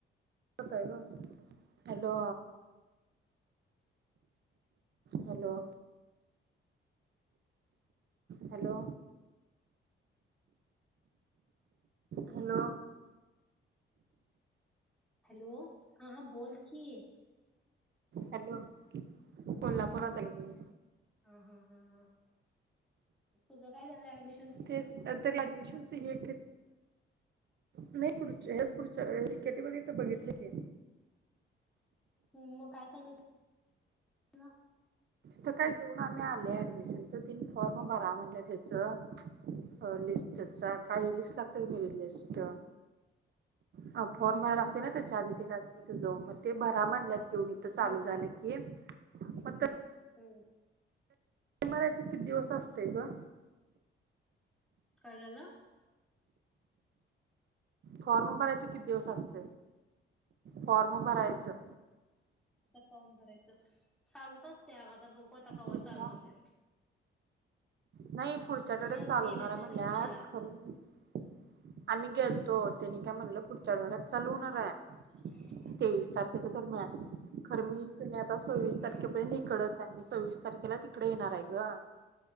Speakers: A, on the right; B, in the centre.
A: कोल्हापुरात हाय गं hello hello hello hello
B: hello हा हा बोल कि
A: हॅलो कोल्हापुरात हाय मी.
B: हा हा हा हा तुझं काय झालं ऍडमिशन
A: तेच तरी ऍडमिशनच हे नाही पुढच्या हेच पुढच्या डी. के. टीमध्ये हीत बघितलं की.
B: ह् मग काय सांगितलं म.
A: तिथं काय देऊन आम्ही आलोय ऍडमिशनच, तिनी फॉर्म भरा म्हणल्यात हेच अ लिस्टचा, काही लिस्ट लागत की मरीट लिस्ट. अ फॉर्म
B: हम्म
A: भराय लागतेय नई. त्याच्या आधी-आधी तिथ जाऊन म. ते भरा म्हटल्यात येेऊन इथं चालू
B: हम्म
A: झालं की, मग पण तरी
B: हम!
A: मरायचे किती दिवस असते य ग?
B: काय झाल.
A: फॉर्म भरायचं किती दिवस असत? फॉर्म भरायचं.
B: फॉम भरायच चालूच असते अग आता बघू आता केव्हा
A: किंवा
B: चालू होते.
A: नाही पुढच्या आठवड्यात
B: मी अजून
A: चालू
B: गेलेच
A: होणार आहे
B: नाही
A: म्हणल्यात
B: चौकशीला अगं.
A: खरं आम्ही घेतो. त्यांनी काय म्हटलं पुढच्या आठवड्यात चालू होणार आहे.
B: ह <inaudible>
A: तेवीस तारखेच्या दरम्यान खरं मी त्यांनी आता सव्वीस
B: हम्म,
A: तारखेपर्यंत इकडच मी सव्वीस तारखेला तिकडे येणार आहे ग!